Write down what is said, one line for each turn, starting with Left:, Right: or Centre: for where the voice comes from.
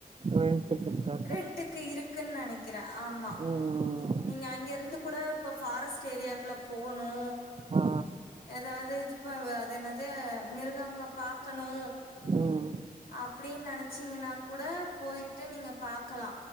Right: ரெண்டுக்கு கா
Left: ரெண்டுக்கு இருக்குன் நெனைக்கிறே ஆமா
Right: ம்
Left: நீங்க அங்க இருந்து கூட இப்ப ஃபாரஸ்ட் ஏரியாக்குள்ள போணு
Right: ஆ
Left: எதாவ்து இதுப்ப வ அது என்னது மிருகங்க பாக்கணு
Right: ம்
Left: அப்படின் நெனச்சீங்கன்னா கூட போயிட்டு நீங்க பாக்கலா